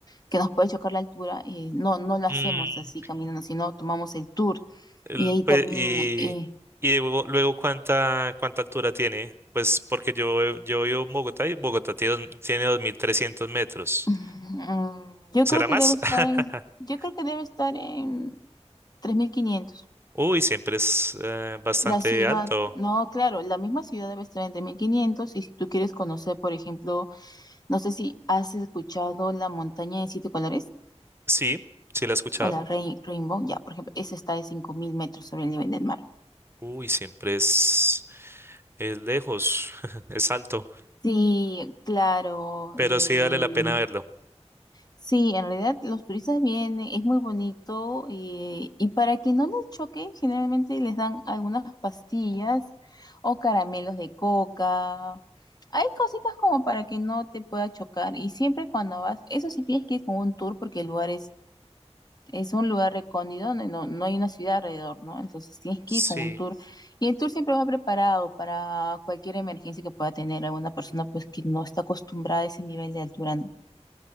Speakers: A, on the left (about 35°); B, on the right (about 20°).
A: que nos puede chocar la altura, eh, no, no lo hacemos
B: Mm,
A: así caminando, sino tomamos el tour.
B: el-
A: Y ahí también,
B: pues, y
A: eh,
B: y luego, luego cuánta, cuánta altura tiene, pues porque yo, eh, yo vivo en Bogotá y Bogotá tiene, dos- tiene 2.300 metros.
A: Mm, Yo
B: ¿Será
A: creo que
B: más?
A: debe estar
B: <laughs>
A: en, yo creo que debe estar en 3.500.
B: Uy, siempre es eh, bastante
A: La ciudad,
B: alto.
A: no, claro, la misma ciudad debe estar en 3.500. y si tú quieres conocer, por ejemplo, no sé si has escuchado la montaña de siete colores
B: Sí, sí la he escuchado.
A: o la Rain- Rainbow, ya, por ejemplo, esa está de 5.000 metros sobre el nivel del mar.
B: Uy, siempre es, es lejos, <laughs> es alto.
A: Sí, claro,
B: pero
A: eh,
B: sí vale la pena verlo.
A: Sí, en realidad los turistas vienen, es muy bonito eh, y para que no les choque, generalmente les dan algunas pastillas o caramelos de coca. Hay cositas como para que no te pueda chocar y siempre cuando vas, eso sí tienes que ir con un tour porque el lugar es, es un lugar recóndito donde no, no hay una ciudad alrededor, ¿no? Entonces tienes
B: Sí,
A: que ir con un tour y el tour siempre va preparado para cualquier emergencia que pueda tener alguna persona pues que no está acostumbrada a ese nivel de altura, ¿no?